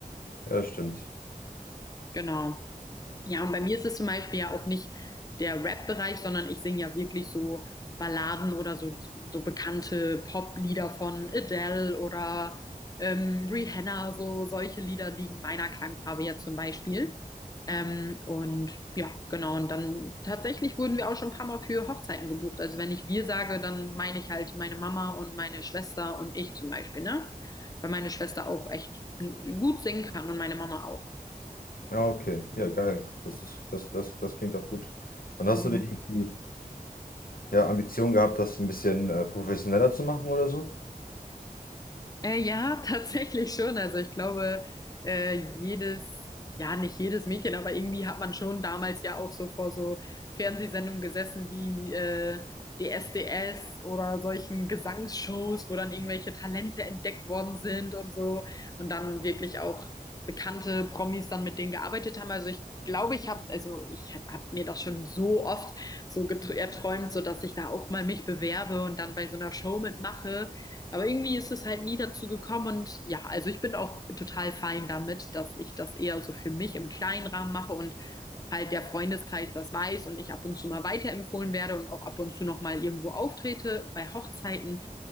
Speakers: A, on the left; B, on the left.
A: Ja, das stimmt.
B: Genau. Ja, und bei mir ist es zum Beispiel ja auch nicht der Rap-Bereich, sondern ich singe ja wirklich so Balladen oder so, so bekannte Pop-Lieder von Adele oder ähm, Rihanna, so solche Lieder liegen meiner Klangfarbe ja zum Beispiel. Ähm, und ja, genau. Und dann tatsächlich wurden wir auch schon ein paar Mal für Hochzeiten gebucht. Also wenn ich wir sage, dann meine ich halt meine Mama und meine Schwester und ich zum Beispiel, ne? Weil meine Schwester auch echt gut singen kann und meine Mama auch.
A: Ja, okay. Ja, geil. Das ist, das, das, das klingt auch gut. Und hast
B: Mhm.
A: du nicht irgendwie ja, Ambition gehabt, das ein bisschen äh, professioneller zu machen oder so?
B: Äh, ja, <laughs> tatsächlich schon. Also ich glaube, äh, jedes, ja, nicht jedes Mädchen, aber irgendwie hat man schon damals ja auch so vor so Fernsehsendungen gesessen wie äh, DSDS oder solchen Gesangsshows, wo dann irgendwelche Talente entdeckt worden sind und so und dann wirklich auch bekannte Promis dann mit denen gearbeitet haben. Also ich glaube, ich habe, also ich habe mir das schon so oft so getr- erträumt, so dass ich da auch mal mich bewerbe und dann bei so einer Show mitmache. Aber irgendwie ist es halt nie dazu gekommen und ja, also ich bin auch total fein damit, dass ich das eher so für mich im kleinen Rahmen mache und halt der Freundeskreis das weiß und ich ab und zu mal weiterempfohlen werde und auch ab und zu noch mal irgendwo auftrete bei Hochzeiten.